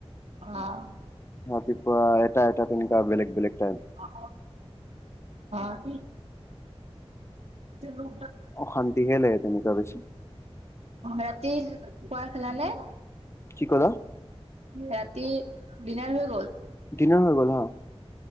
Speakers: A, on the right (about 80°); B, on the left (about 25°).
A: অ'।
B: ৰাতিপুৱা এটা এটা তেনেকুৱা বেলেগ বেলেগ টাইম।
A: <unintelligible> অ'। <unintelligible> <unintelligible>
B: অশান্তিহে লাগে তেনেকুৱা বেছি।
A: ৰাতি খোৱা খালা নে?
B: কি ক'লা?
A: ৰাতি, ডিনাৰ হৈ গ'ল?
B: ডিনাৰ হৈ গ'ল, হা।